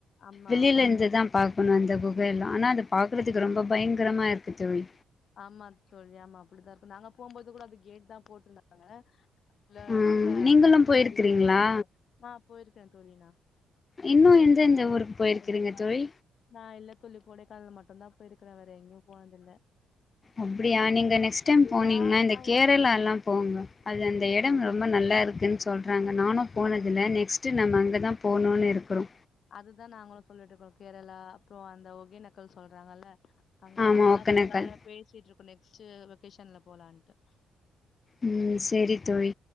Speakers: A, on the left (about 60°); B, on the left (about 35°).
A: ஆமா,
B: வெளியில
A: ஆமா.
B: இருந்துதான் பாக்க ண்ணும் அந்த குகையல்லாம் ஆனா அதை பாக்குறதுக்கு ரொம்ப பயங்கரமா இருக்கு தோழி
A: ஆமா தோழி ஆமா அப்படித்தான் இருக்கும் நாங்க போம்போது கூட அந்த கேட் தான் போட்ருந்தாங்க இல்ல
B: ம்
A: இல்ல
B: நீங்களும்
A: அனு அனுமதி
B: போயிருக்கிறீங்களா
A: இல்ல சொல்லிருக்கேன் நா போயிருக்கேன் தோழி நா
B: இன்னு
A: ஒரு
B: எந்த எந்த ஊருக்கு போயிருக்கிறீங்க
A: ஒரு பாத்
B: தோழி
A: நான் இல்ல தோழி கொடைகானல் மட்டும்தான் போயிருக்கே வேற எங்கயு போனதுல்ல
B: அப்டியா நீங்க நெக்ஸ்ட் டைம் போனீங்கன்னா
A: லாங்னா
B: இந்த கேரளா
A: எங்கயும்
B: எல்லாம் போங்க அது அந்த
A: கேரளா.
B: இடம் ரொம்ப நல்ல நல்லா இருக்குன்னு சொல்றாங்க
A: ம்.
B: நானும் போனதுல்ல
A: அது
B: நெக்ஸ்ட் நம்ம அங்கதான் போணும்னு இருக்கறோ
A: அதுதா நாங்களும் சொல்லிட்டு இருக்கோம் கேரளா அப்பறம் அந்த ஒகேனக்கல் சொல்றாங்கல்ல அங்க
B: ஆமா
A: அங்கல்லா
B: ஒகேனக்கல்
A: போலாம்னு பேசிட்டு இருக்கோம் நெக்ஸ்ட் வெகேஷன்ல போலான்ட்டு
B: ம் சரி தோழி